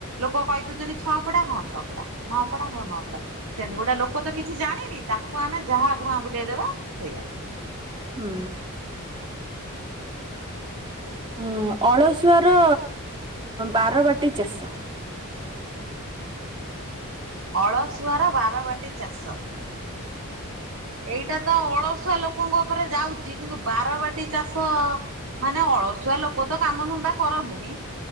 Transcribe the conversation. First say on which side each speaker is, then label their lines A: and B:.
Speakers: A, on the right; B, on the right.
A: ଲୋକ କହି ଦଉଛନ୍ତି ଛଅଫଡା ହଁ ଛଅଫଡା, ନଅଫଡା ହଁ ନଅଫଡା। ସେମିତି ଗୋଟେ ଲୋକ ତ କିଛି ଜାଣିନି ତାକୁ ଆମେ ଯାହା ଭୁଆଁ ବୁଲେଇଦବା ସେଇଆ।
B: ହୁଁ। ଉଁ ଅଳସୁଆର ବାରବାଟୀ ଚାଷ।
A: ଅଳସୁଆର ବାରବାଟୀ ଚାଷ। ଏଇଟା ତ ଅଳସୁଆ ଲୋକଙ୍କ ଉପରେ ଯାଉଛି କିନ୍ତୁ ବାରବାଟୀ ଚାଷ ମାନେ ଅଳସୁଆ ଲୋକ ତ କାମ ଧନ୍ଧା କରନ୍ତିନି।